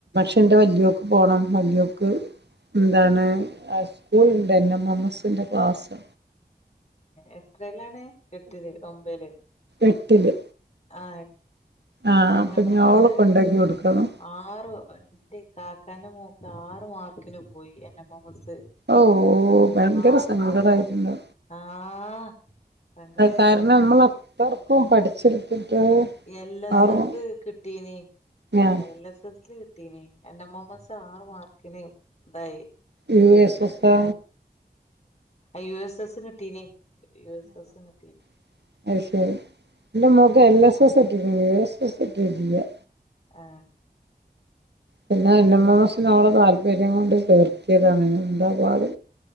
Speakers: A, on the right (about 80°); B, on the left (about 40°).
A: പക്ഷണ്ട് വല്യോക്ക് പോകണം വല്യോക്ക് എന്താണ് സ്കൂൾ ഉണ്ട് എൻ എം മ്മസിന്റെ ക്ലാസ്
B: എത്രയിലാണ് എട്ടില് ഒമ്പല്
A: എട്ടില്
B: ആ
A: ആഹ്
B: എൻ
A: അപ്പൊ
B: എമമസ്
A: ഞാളെ കൊണ്ടാക്കി കൊടുക്കണം
B: ആറ് എന്റെ കാക്കാന്റെ മോ ഏറ് മാർക്കിന് പോയി എൻ എം എം മ്മ സ്
A: ഓ ഭയങ്കര
B: ആറ്
A: സങ്കടായിട്ടുണ്ട്
B: മാർക്ക് ആഹ് സങ്കട!
A: അത് കാരണം നമ്മൾ അത്രക്കും പഠിച്ചെടുത്തിട്ട്
B: എൽ എസ്
A: ആറും
B: എസ് കിട്ടീനി
A: ആഹ്
B: എൽ എസ് എസ് ക എൻ എൻ മ്മമ്മസ് ആറ് മാർക്കിന് ഇതായി
A: യു
B: ഫെയിലായി
A: എസ് എസോ
B: യു എസ് എസ് കിട്ടീഞ്ഞി യൂ എസ് എസ് കിട്ടീ
A: <unintelligible> ന്റെ മോൾക്ക് എൽ
B: എം എസ്
A: സെ സ്സ് കിട്ടിന്
B: ആ
A: പിന്നെ എൻ എം എം എസ് ഓൾ താല്പര്യം കൊണ്ട് ചേർത്തിയതാണ് ന്താപാട്